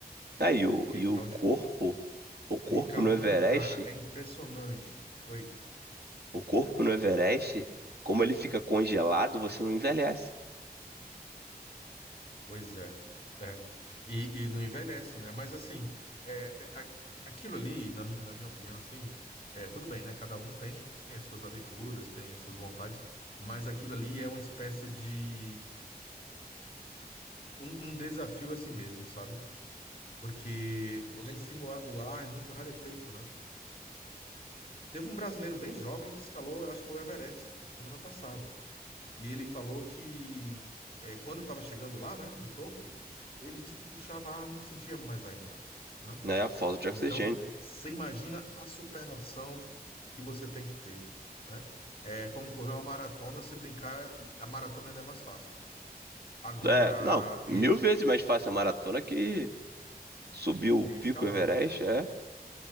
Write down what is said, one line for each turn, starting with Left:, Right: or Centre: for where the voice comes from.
Right: Ah, e o,
Left: Aquele
Right: e o
Left: tal
Right: corpo,
Left: de
Right: o corpo
Left: Clicar
Right: no
Left: um,
Right: Everest,
Left: cara, é impressionante. Oi,
Right: o corpo no Everest, como ele fica congelado, você não envelhece,
Left: pois é, né? E, e não envelhece, né? Mas assim, é, é, a- aquilo ali, na, mi- na minha opinião, assim, é, tudo bem, né? Cada um tem as suas aventuras, tem as suas vontades, mas aquilo ali é uma espécie de um, um desafio a si mesmo, sabe? Porque lá em cima o ar o ar é muito rarefeito, né? Teve um brasileiro bem jovem que escalou, eu acho que foi o Everest semana passada. E ele falou que é, quando estava chegando lá, né, no topo, ele disse que puxava ar, não sentia mais ar entrando, né?
Right: né? A falta de oxigênio.
Left: Então, você imagina a superação que você tem que ter, né? É como correr uma maratona, se brincar, e a maratona ainda é mais fácil. Agora,
Right: É, não,
Left: e
Right: mil vezes mais fácil a maratona que subir o
Left: que
Right: pico
Left: escalar,
Right: Everest,
Left: né?
Right: é.